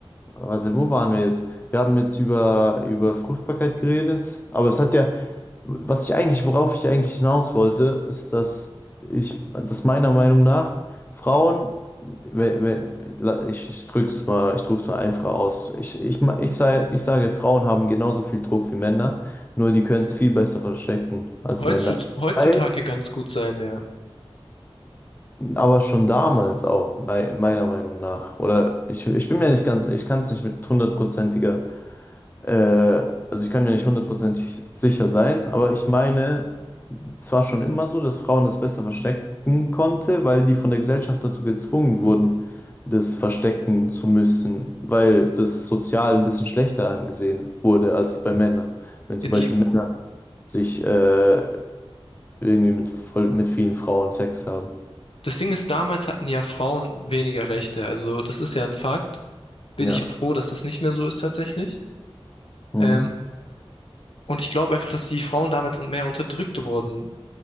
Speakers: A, on the left; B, on the left.
A: Warte, wo waren wir jetzt? Wir haben jetzt über, über Fruchtbarkeit geredet, aber es hat ja, was ich eigentlich, worauf ich eigentlich hinaus wollte, ist, dass ich, dass meiner Meinung nach Frauen, we- we- la- ich, ich drück's mal, ich drück's mal einfach aus. Ich, ich, ma- ich sage, ich sage, Frauen haben genauso viel Druck wie Männer, nur die können es viel besser verstecken als
B: Heutzut
A: Männer.
B: heutzutage
A: Weil,
B: ganz gut sein, ja.
A: aber schon damals auch, mei- meiner Meinung nach, oder ich, ich bin mir nicht ganz, ich kann es nicht mit hundertprozentiger Äh, also ich kann mir nicht hundertprozentig sicher sein, aber ich meine, es war schon immer so, dass Frauen es besser verstecken konnte, weil die von der Gesellschaft dazu gezwungen wurden, das verstecken zu müssen, weil das sozial ein bisschen schlechter angesehen wurde als bei Männern. Wenn zum
B: Ja, Die,
A: Beispiel Männer sich äh, irgendwie mit, voll, mit vielen Frauen Sex haben.
B: das Ding ist, damals hatten ja Frauen weniger Rechte, also das ist ja ein Fakt. Bin
A: Ja.
B: ich ja froh, dass das nicht mehr so ist tatsächlich.
A: Mhm.
B: Ähm, und ich glaube einfach, dass die Frauen damals und mehr unterdrückt wurden.